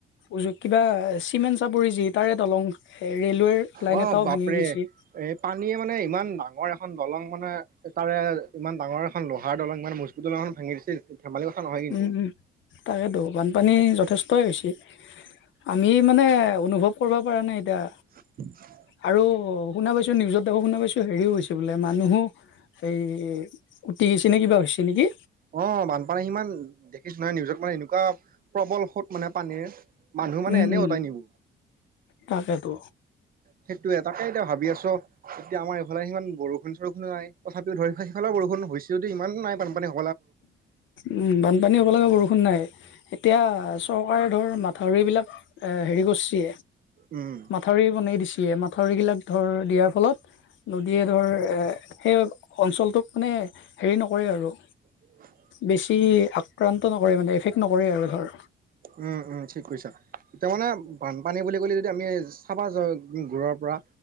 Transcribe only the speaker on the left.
উজু, কিবা চিমেণ্ট চাপৰি যি তাৰে দলং ৰেলৱেৰ লাইন
এটাও
ভাঙি গৈছে।
উম, উম, তাকেতো, বানপানী যথেষ্টই হৈ গৈছে। আমি মানে অনুভৱ কৰিব পৰা নাই এতিয়া।
আৰু শুনা পাইছোঁ, নিউজতো শুনা পাইছোঁ হেৰিও হৈছে বোলে মানুহো সেই উুটি গৈছে নে কিবা হৈছে নেকি।
উম,
উম,
তাকেতো।
উম, বানপানী হ'ব লাগে বৰষুণ নাই। এতিয়া চৰকাৰে ধৰ মাথাউৰিবিলাক এ, হেৰি কৰিছে।
মাথাউৰি বনাই দিছে, মাথাউৰিবিলাক ধৰ দিয়াৰ ফলত নদীয়ে ধৰ সেই অঞ্চলটোক মানে হেৰি নকৰে আৰু।
বেছি আক্ৰান্ত নকৰে মানে, এফেক্ট নকৰে আৰু ধৰ।